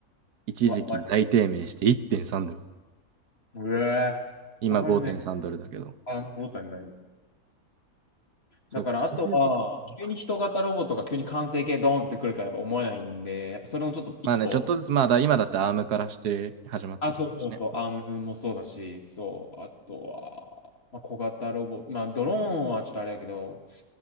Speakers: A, on the right (about 85°); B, on the left (about 40°).
A: 一時期大低迷して1.3ドル。
B: わ、わ、うえー、
A: 今5.3ドルだけど。
B: 下がるね。あ、戻ったんだ、今だから、
A: そうか、そういうことか。
B: あとは、急に人型ロボットが急に完成形ドーンって出てくるとはやっぱ思えないんで、やっぱそれもちょっと一歩
A: まあね、ちょっとずつ、まあだ今だってアームからして始まってきてるしね。
B: あ、そうそうそう、アームもそうだし、そう、あとは、まあ、小型ロボ、まあ、ドローンはちょっとあれやけど、